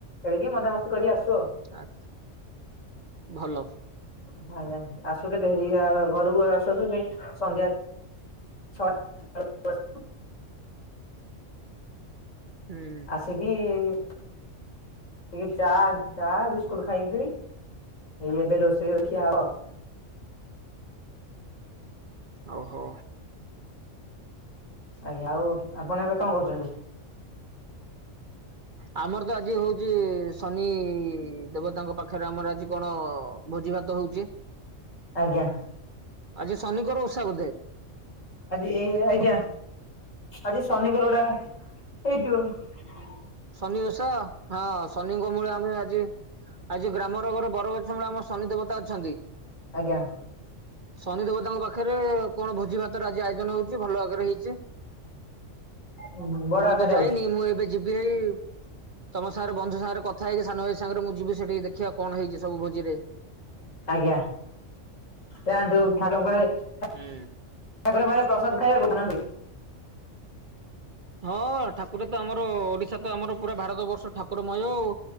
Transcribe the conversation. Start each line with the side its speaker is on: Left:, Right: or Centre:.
Left: ଖେଳିକି ମଜା ମସ୍ତି କରି ଆସୁ ଆଉ।
Right: ଆଛା ଭଲ।
Left: <unintelligible> ଆସୁ କେତେ ହେଇ ଆ ଘରକୁ ଆସୁ ଆସୁ ଯାଇ ସନ୍ଧ୍ୟା <inaudible>
Right: ହୁଁ।
Left: ଖେଳିକି <inaudible> ଚା ଚା ବିସ୍କୁଟ ଖାଇକିି ଯିବି। ଏଇ ଏବେ ରୋଷେଇ ହଉ ଖିଆହବ ଆଉ।
Right: ଓ ହୋ।
Left: ଆଜ୍ଞା ଆଉ ଆପଣ ଏବେ କଣ କରୁଛନ୍ତି?
Right: ଆମର ତ ଆଜି ହଉଚି ଶନି ଦେବତାଙ୍କ ପାଖରେ ଆମର ଆଜି କଣ ଭୋଜି ଭା ହୋଉଚି
Left: ଆଜ୍ଞା
Right: ଆଜି ଶନିଙ୍କର ଓଷା ବୋଧେ।
Left: ଆଜି ଏଇ ଆଜ୍ଞା ଆଜି ଶନିଙ୍କର ଗୋଟା ହେଇଥିବ। ହଁ <unintelligible>
Right: ଶନିଓଷା ହଁ ଶନିଙ୍କ ମୂଳେ ଆମେ ଆଜି। ଆଜି ଗ୍ରାମର ଗୋଟେ ବରଗଛ ମୂଳେ ଆମ ଶନି ଦେବତା ଅଛନ୍ତି।
Left: ଆଜ୍ଞା।
Right: ଶନି ଦେବତାଙ୍କ ପାଖରେ କଣ ଭୋଜି ଭାତର ଆଜି ଆୟୋଜନ ହଉଛି ଭଲ ଆକାରେ ହେଇଛି।
Left: ବଡ
Right: ମୁଁ
Left: ଆକାରରେ
Right: ତ ଯାଇନି
Left: ହଉଛି
Right: ମୁଁ ଏବେ ଯି ରେ ଇ ତମ ସାଙ୍ଗରେ ବନ୍ଧୁ ସାଙ୍ଗରେ କଥା ହେଇକି ସାନ ଭାଇ ସାଙ୍ଗରେ ମୁଁ ଯିବି ସେଠି ଦେଖିବାକୁ। କଣ ହେଇଛି ସବୁ ଭୋଜି ରେ?
Left: ଆଜ୍ଞା <unintelligible>
Right: ହୁଁ।
Left: ଠାକୁରଙ୍କ ପାଖରେ ପ୍ରସାଦ ଖାଇବାକୁ <unintelligible>
Right: ହଁ ଠାକୁର ତ ଆମର ଓଡି ସେତ ଆମର ପୁରା ଭାରତ ବର୍ଷ ଠାକୁରମୟ ଆଉ।